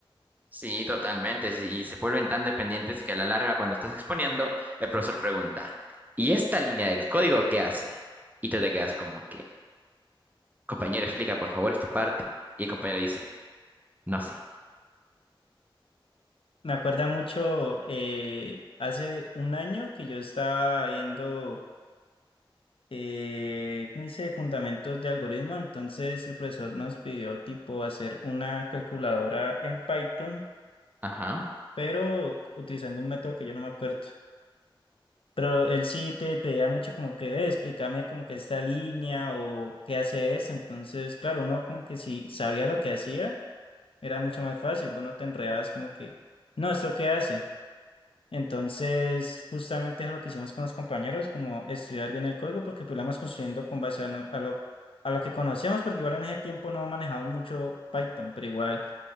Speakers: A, on the right; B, on the left.
A: Sí, totalmente. sí, Y se vuelven tan dependientes que a la larga, cuando estás exponiendo, el profesor pregunta, ¿y esta línea del código qué hace? Y tú te quedas como que, compañero, explica, por favor, es tu parte. Y el compañero dice, no sé.
B: Me acuerda mucho eh, hace un año que yo estaba viendo, eh, ¿cómo dice? Fundamentos de algoritmo. Entonces el profesor nos pidió tipo hacer una calculadora en Python,
A: Ajá.
B: pero utilizando un método que yo no me acuerdo. Pero él sí te pedía mucho como que, ve, explícame como que esta línea o qué hace esto. Entonces, claro, uno como que si sabía lo que hacía, era mucho más fácil. Vos no te enredabas como que, no, ¿esto qué hace? Entonces, justamente es lo que hicimos con los compañeros, como estudiar bien el código, porque pues lo vamos construyendo con base a, no- a lo, a lo que conocemos, porque igual en ese tiempo no manejamos mucho Python, pero igual